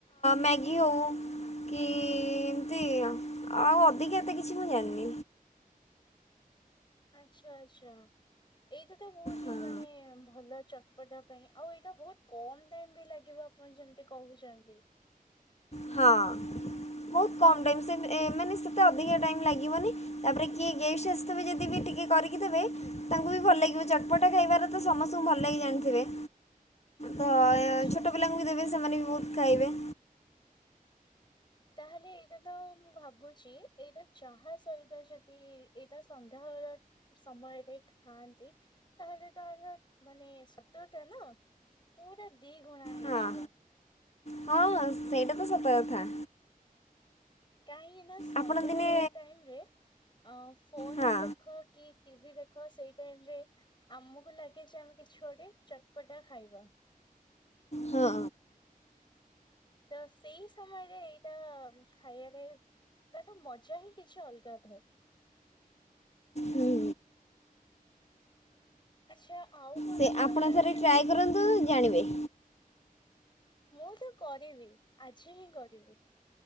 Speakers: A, on the left; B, on the left.
A: ମ୍ୟାଗି ହଉ କି ଏମତି ଆ ଆଉ ଅଧିକା ଏତେ କିଛି ମୁଁ ଜାଣିନି।
B: ଆଚ୍ଛା ଆଚ୍ଛା। ଏଇଟା ତ ବହୁତ ହି
A: ହଁ
B: ମାନେ ଭଲ ଚଟପଟା ପାଇଁ ଆଉ ଏଇଟା ବହୁତ କମ ଟାଇମ ବି ଲାଗିବ ଆପଣ ଯେମିତି କହୁଛନ୍ତି
A: ହଁ ବହୁତ କମ୍ ଟାଇମ୍ ସେ ମାନେ ସେତେ ଅଧିକା ଟାଇମ୍ ଲାଗିବନି ତାପରେ କିଏ ଗେଷ୍ଟ ଆସିଥିବବେ ଯଦି ବି ଟିକେ କରିକି ଦେବେ। ତାଙ୍କୁ ବି ଭଲ ଲାଗିବ ଚଟପଟା ଖାଇବାରେ ତ ସମସ୍ତଙ୍କୁ ଭଲ ଲାଗି ଜାଣିଥିବେ।
B: <inaudible>
A: ତ
B: ଆଚ୍ଛା
A: ଛୋଟ ପିଲାଙ୍କୁ ବି ଦେବେ ସେମାନେ ବି ବହୁତ ଖାଇବେ।
B: ତାହେଲେ ଏଇଟା ତ ମୁଁ ଭାବୁଛି ଏଇଟା ଚାହା ସହିତ ଯଦି ଏଇଟା ସନ୍ଧ୍ୟାବେଳ ସମୟରେ ଥାଆନ୍ତି ତାହେଲେ ତାର ମାନେ ସ୍ଵଦଟା ନା ପୁରା ଦି ଗୁଣା ହେଇଯିବ।
A: ହଁ। ହଁ ହଁ ସେଇଟା ତ ସତ କଥା।
B: କାହିଁକି ନା ସନ୍ଧ୍ୟା
A: ଆପଣ ଦିନେ
B: ବେଳ ଟାଇମ ରେ ଅ ଫୋନ
A: ହଁ
B: ଦେଖ କି ଟିଭି ଦେଖ ସେଇ ଟାଇମ ରେ ଆମକୁ ଲାଗେ ଯେ ଆମେ କିଛି ଗୋଟେ ଚଟପଟା ଖାଇବା
A: ହଁ।
B: ତ ସେଇ ସମୟରେ ଏଇଟା ଖାଇବାରେ ତାଠୁ ମଜା ହିଁ କିଛି ଅଲଗା ଥାଏ।
A: ହୁଁ
B: ଆଚ୍ଛା ଆଉ କଣ
A: ସେ ଆପଣ
B: ଜାଣିଛନ୍ତି?
A: ଥରେ ଟ୍ରାଏ କରନ୍ତୁ ଜାଣିବେ।
B: ମୁଁ ତ କରିବି ଆଜି ହିଁ କରିବି।